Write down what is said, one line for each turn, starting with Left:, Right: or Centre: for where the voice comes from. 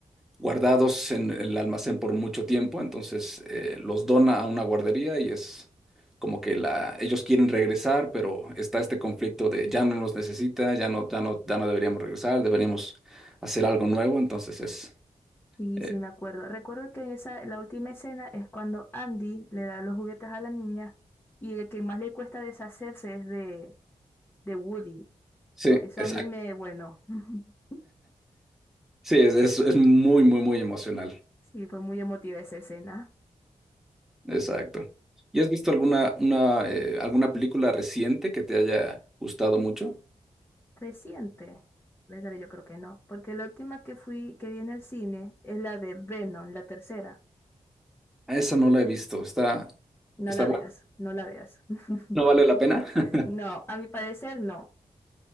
Centre: guardados en el almacén por mucho tiempo, entonces eh, los dona a una guardería y es como que la, ellos quieren regresar, pero está este conflicto de ya no nos necesita, ya no, ya no, ya no deberíamos regresar, deberíamos hacer algo nuevo, entonces es,
Left: Y
Centre: eh,
Left: sí, me acuerdo. Recuerdo que en esa, la última escena es cuando Andy le da los juguetes a la niña y el que más le cuesta deshacerse es de, de Woody.
Centre: sí,
Left: Eso
Centre: exacto,
Left: a mí me, bueno, <laughs>
Centre: sí, es, es, es muy, muy, muy emocional,
Left: sí, fue muy emotiva esa escena.
Centre: exacto. ¿Y has visto alguna, una, eh, alguna película reciente que te haya gustado mucho?
Left: Reciente, ¿verdad? Yo creo que no, porque la última que fui, que vi en el cine es la de Venom, la tercera.
Centre: Ah, Esa no la he visto, está,
Left: No
Centre: está
Left: la
Centre: buena,
Left: veas, no la veas. <laughs>
Centre: ¿no vale la pena? <laughs>
Left: No, a mi parecer no.